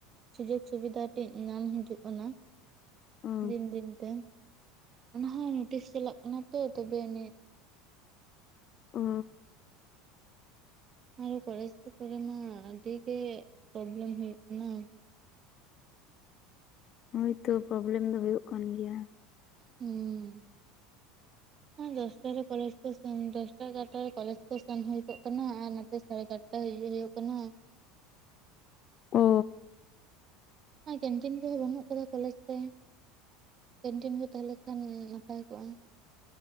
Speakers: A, on the right; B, on the left.
A: ᱥᱩᱡᱳᱜᱽ ᱥᱩᱵᱤᱫᱷᱟ ᱠᱟᱴᱤᱡᱽ ᱧᱟᱢ ᱦᱤᱡᱩᱜ ᱠᱟᱱᱟ᱾
B: ᱚ
A: ᱫᱤᱱ ᱫᱤᱱ ᱛᱮ ᱚᱱᱟᱦᱚᱸ ᱱᱳᱴᱤᱥ ᱪᱟᱞᱟᱜ ᱠᱟᱱᱟ ᱛᱚ ᱛᱚᱵᱮ ᱱᱤᱡ
B: ᱚ
A: ᱟᱨᱚ ᱠᱚᱞᱮᱡᱽ ᱠᱚᱨᱮ ᱢᱟ ᱟᱹᱰᱤ ᱜᱮ ᱯᱨᱚᱵᱞᱮᱢ ᱦᱩᱭᱩᱜ ᱠᱟᱱᱟ᱾
B: ᱦᱳᱭᱛᱚ ᱯᱨᱚᱵᱞᱮᱢ ᱫᱚ ᱦᱩᱭᱩᱜ ᱠᱟᱱ ᱜᱮᱭᱟ᱾
A: ᱦᱩᱸ
B: <inaudible>
A: ᱦᱮ ᱫᱚᱥᱴᱟ ᱨᱮ ᱠᱚᱞᱮᱡ ᱠᱚ ᱫᱚᱥᱴᱟ ᱮᱜᱟᱨᱚᱴᱟ ᱨᱮ ᱠᱚᱞᱮᱡ ᱠᱚ ᱥᱮᱱ ᱦᱩᱭ ᱠᱚᱜ ᱠᱟᱱᱟ ᱟᱨ ᱱᱟᱛᱮ ᱥᱟᱲᱮ ᱪᱟᱨᱴ <unintelligible> ᱦᱩᱭᱩᱜ ᱠᱟᱱᱟ
B: ᱚ
A: ᱠᱮᱱᱴᱤᱱ ᱠᱚᱦᱚᱸ ᱵᱟᱹᱱᱩᱜ ᱟᱠᱟᱫᱟ ᱠᱚᱞᱮᱡᱽ ᱨᱮ ᱠᱮᱱᱴᱤᱱ ᱠᱚ ᱛᱟᱦᱮᱸ ᱞᱮᱠᱷᱟᱱ ᱱᱟᱯᱟᱭ ᱠᱚᱜ-ᱟ᱾